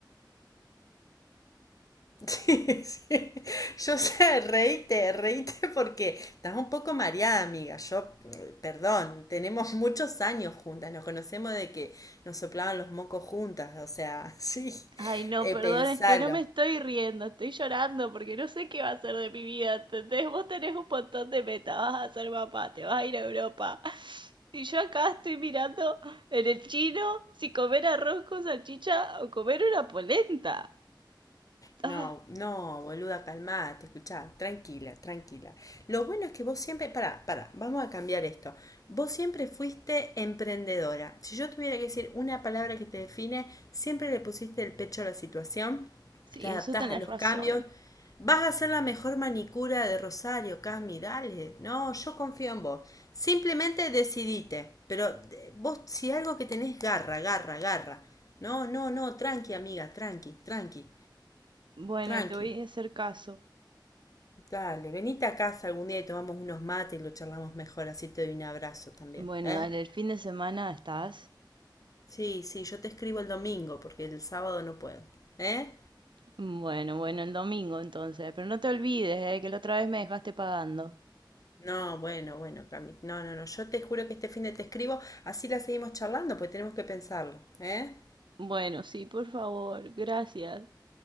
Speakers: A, on the left (about 45°); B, on the right (about 80°).
A: <laughs> Sí, sí. Yo sé, reíte, reíte porque estás un poco mareada, amiga. Yo, eh, perdón, tenemos muchos años juntas, nos conocemos de que nos soplaban los mocos juntas, o sea, <laughs> sí,
B: Ay, no,
A: eh,
B: perdón,
A: pensalo.
B: es que no me estoy riendo, estoy llorando porque no sé qué va a ser de mi vida, ¿entendés? Vos tenés un montón de metas, vas a ser papá, te vas a ir a Europa. Y yo acá estoy mirando en el chino si comer arroz con salchicha o comer una polenta.
A: No,
B: Ah.
A: no, boluda, calmate, escuchá, tranquila, tranquila. Lo bueno es que vos siempre, pará, pará, vamos a cambiar esto. Vos siempre fuiste emprendedora. Si yo tuviera que decir una palabra que te define, siempre le pusiste el pecho a la situación,
B: Sí,
A: te adaptás
B: eso tenés
A: a los
B: razón.
A: cambios. Vas a ser la mejor manicura de Rosario, Cami, dale. No, yo confío en vos. Simplemente decidite. Pero eh, vos, si algo que tenés, garra, garra, garra. No, no, no, tranqui, amiga, tranqui, tranqui.
B: Bueno,
A: Tranqui.
B: te voy a hacer caso.
A: Dale, venite a casa algún día y tomamos unos mates y lo charlamos mejor, así te doy un abrazo también,
B: Bueno,
A: ¿eh?
B: dale, el fin de semana estás.
A: Sí, sí, yo te escribo el domingo porque el sábado no puedo, ¿eh?
B: Bueno, bueno, el domingo entonces. Pero no te olvides, eh, que la otra vez me dejaste pagando.
A: No, bueno, bueno, Cami, no, no, no, yo te juro que este fin de te escribo, así la seguimos charlando, pues tenemos que pensarlo, ¿eh?
B: Bueno, sí, por favor, gracias.